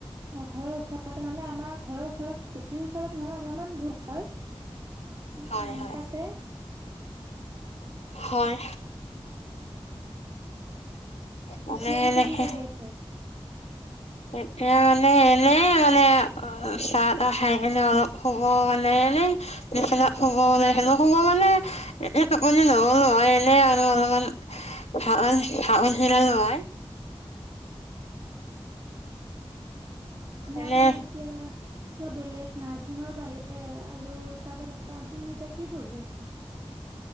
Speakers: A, on the right (about 30°); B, on the left (about 80°).
A: অ, ঘৰৰ ওচৰত, মানে আমাৰ ঘৰৰ ওচৰত, বেছি ওচৰত নহয় অলপমান দূৰ হয়। অ
B: হয়, হয়।
A: তাতে
B: হয়। মানে
A: এতিয়া পিছে
B: এনেকে
A: কি কৰি আছে?
B: এতিয়া, মানে এনে মানে চাহ-তাহ খাই কিনে, অলপ শুব মানে এনে। <unintelligible> <unintelligible>
A: এনেই
B: এনে
A: আপুনি এতিয়া কিবা বেলেগ নাৰ্ছিঙৰ বাহিৰে আৰু তাৰে বাহিৰে আপুনি এতিয়া কি পঢ়ি আছে?